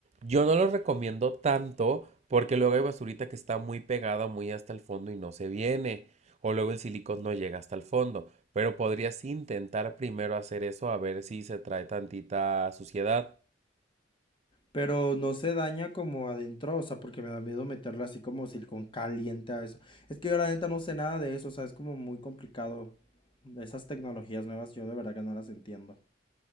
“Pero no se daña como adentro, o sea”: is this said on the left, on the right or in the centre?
Left